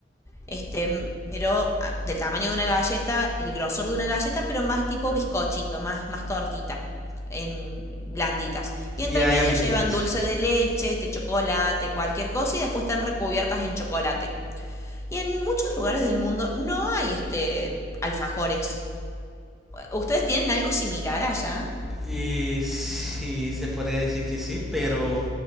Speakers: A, on the left; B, in the centre.
A: este, m- pero ah, del tamaño de una galleta, el grosor de una galleta, pero más tipo bizcochito, más, más tortita, en blanditas. Y entre
B: Ya,
A: medio
B: ya vi
A: llevan
B: que es.
A: dulce de leche, este chocolate, cualquier cosa, y después están recubiertas en chocolate. Y en muchos lugares del mundo no hay este alfajores. ¿Ustedes tienen algo similar allá?
B: Y sí, se podría decir que sí, pero